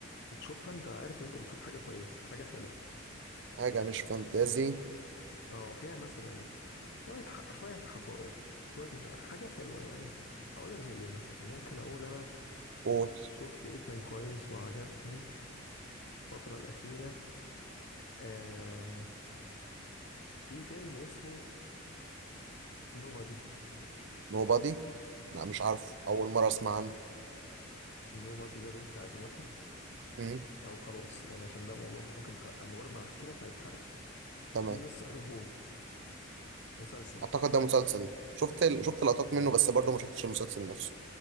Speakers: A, on the left; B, on the right.
A: بتشوفها أنت عارف إن أنت بتشوف حاجة كويسة حاجة حلوة
B: حاجه مش فانتازي
A: اه فيها مثلا شوية حق شوية حقائق شوية مش ع- حاجة حلوة يعني هقول لك زي إيه مثلا ممكن أقول أنا
B: وول
A: شفت إيه كان كويس وعجبني الفترة الأخيرة آم، في فيلم اسمه نوبادي
B: نوبادي لا مش عارف اول مره اسمع عنه
A: نوبادي ده بيحكي عن واحد
B: مم،
A: او خلاص يعني عشان ده موضوع ممكن محرق مجرد ما هحكي لك هيتحرق
B: تمام
A: في مستر روبوت مسلسل
B: اعتقد ده مسلسل شفت ال... شفت لقطات
A: اه
B: منه بس برضه ما شفتش المسلسل نفسه